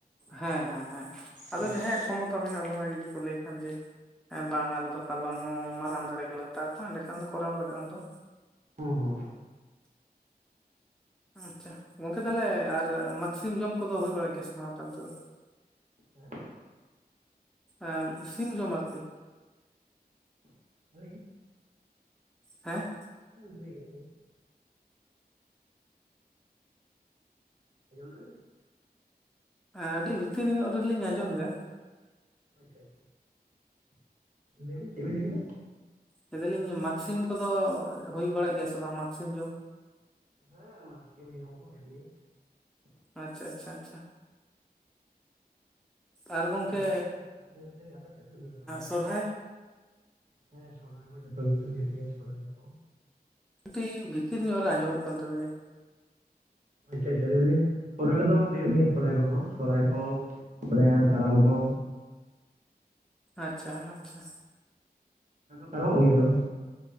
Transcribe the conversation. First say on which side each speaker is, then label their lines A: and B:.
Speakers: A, in the centre; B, on the right.
A: ᱦᱮᱸ ᱦᱮᱸ ᱦᱮᱸ ᱟᱫᱚ
B: ᱦᱮᱸ
A: ᱡᱟᱦᱟᱸᱭᱟᱜ ᱠᱷᱚᱢᱚᱛᱟ ᱢᱮᱱᱟᱜ ᱵᱚᱸᱜᱟ ᱡᱩᱫᱤ ᱠᱚ ᱞᱟᱹᱭ ᱠᱷᱟᱱ ᱡᱮ ᱦᱮᱸ ᱵᱟᱝ ᱟᱞᱮ ᱫᱚ ᱠᱟᱞᱚᱢ ᱦᱚᱸ ᱢᱟᱨᱟᱝ ᱫᱟᱲᱮ ᱜᱮᱞᱮ ᱦᱟᱛᱟᱣ ᱠᱚᱣᱟ ᱮᱸᱰᱮᱠᱷᱟᱱ ᱫᱚ ᱠᱚᱨᱟᱣ ᱞᱟᱜᱟᱜ-ᱟ ᱩᱱ ᱫᱚ᱾
B: ᱦᱩᱸ ᱦᱩᱸ
A: ᱟᱪᱪᱷᱟ ᱜᱚᱝᱠᱮ ᱛᱟᱦᱚᱞᱮ ᱟᱨ ᱢᱟᱠᱥᱤᱢ ᱡᱚᱢ ᱠᱚᱫᱚ ᱦᱳᱭ ᱵᱟᱲᱟᱜ ᱜᱮᱭᱟ ᱟᱯᱮ ᱚᱱᱛᱮ ᱫᱚ?
B: ᱦᱮᱸ
A: ᱮ ᱥᱤᱢ ᱡᱚᱢ ᱟᱨᱠᱤ
B: <inaudible>
A: ᱦᱮᱸ
B: <inaudible> <inaudible>
A: ᱟᱹᱰᱤ ᱵᱷᱤᱛᱤᱨ ᱧᱚᱜ ᱨᱮᱞᱤᱧ ᱟᱸᱡᱚᱢ ᱫᱟ᱾
B: ᱟᱪᱪᱷᱟ ᱟᱪᱪᱷᱟ ᱞᱟᱹᱭᱵᱤᱱ ᱪᱮᱫ ᱵᱤᱱ ᱞᱟᱹᱭ ᱠᱮᱫᱟ?
A: ᱞᱟᱹᱭ ᱫᱟᱞᱤᱧ ᱢᱟᱜᱽᱥᱤᱢ ᱠᱚᱫᱚ ᱦᱳᱭ ᱵᱟᱲᱟᱜ ᱜᱮᱭᱟ ᱥᱮ ᱵᱟᱝ ᱢᱟᱜᱽᱥᱤᱢ ᱡᱚᱢ?
B: ᱦᱮᱸ ᱢᱟᱜᱽᱥᱤᱢ ᱡᱚᱢ ᱠᱚ ᱦᱳᱭᱳᱜ ᱜᱮᱭᱟ᱾
A: ᱟᱪᱪᱷᱟ ᱟᱪᱪᱷᱟ ᱟᱪᱪᱷᱟ ᱟᱨ ᱜᱚᱝᱠᱮ
B: ᱟᱯᱮ ᱥᱮᱫ ᱦᱩᱭᱩᱜ ᱜᱮᱭᱟ ᱥᱮ ᱵᱟᱝ
A: ᱥᱚᱨᱦᱟᱭ
B: ᱦᱮᱸ ᱥᱚᱦᱚᱨᱟᱭ ᱠᱚ ᱡᱷᱚᱛᱚ ᱜᱮ ᱦᱳᱭᱳᱜ ᱜᱮᱭᱟ ᱥᱚᱦᱚᱨᱟᱭ ᱠᱚ
A: ᱛᱮ ᱵᱷᱤᱛᱤᱨ ᱧᱚᱜ ᱨᱮ ᱟᱸᱡᱚᱢᱚᱜ ᱠᱟᱱ ᱛᱟᱵᱤᱱᱟ
B: ᱟᱪᱪᱷᱟ ᱟᱪᱪᱷᱟ ᱞᱮᱭ ᱫᱟᱞᱤᱧ ᱥᱚᱨᱟᱭ ᱠᱚᱫᱚ ᱦᱩᱭᱩᱜ ᱜᱮᱭᱟ ᱥᱚᱨᱟᱭ ᱠᱚᱦᱚᱸ ᱥᱚᱨᱟᱭ ᱠᱚᱼᱼ ᱯᱚᱨᱮ ᱠᱟᱨᱟᱢ ᱠᱚ
A: ᱟᱪᱪᱷᱟ, ᱟᱪᱪᱷᱟ,
B: ᱠᱟᱨᱟᱢᱚᱜ ᱜᱮᱭᱟ ᱛᱚ?